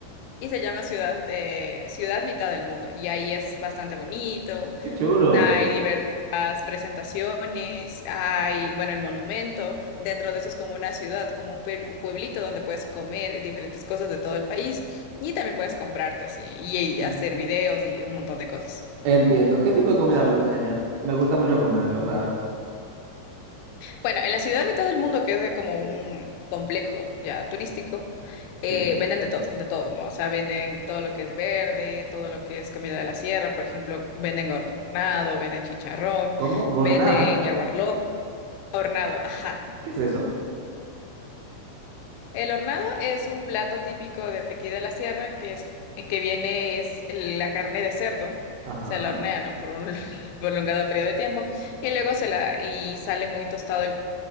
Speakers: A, on the left; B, on the right.
A: Y se llama ciudad, eh, ciudad mitad del mundo. Y ahí es bastante bonito,
B: Qué chulo.
A: Hay diversas presentaciones, hay, bueno, el monumento, dentro de eso es como una ciudad, como un puebl- pueblito donde puedes comer diferentes cosas de todo el país y también puedes comprarte así y, y
B: Mm.
A: hacer videos y un montón de cosas.
B: Entiendo. ¿Qué tipo de comida venden allá? Me gusta mucho comerlo, ¿sabes?
A: Bueno, en la ciudad mitad del mundo, que es de como un complejo ya turístico,
B: Sí.
A: eh, venden de todo, de todo, ¿no? O sea, venden todo lo que es verde, todo lo que es comida de la sierra, por ejemplo, venden hornado, venden chicharrón,
B: ¿Cómo? ¿Gornado?
A: venden jaguar lo- hornado, ajá.
B: ¿Qué es eso?
A: El hornado es un plato típico de aquí de la sierra que es eh, que viene es el- la carne de cerdo.
B: Ajá.
A: Se la hornea, ¿no? por un <laughs> prolongado periodo de tiempo y luego se la y sale muy tostado el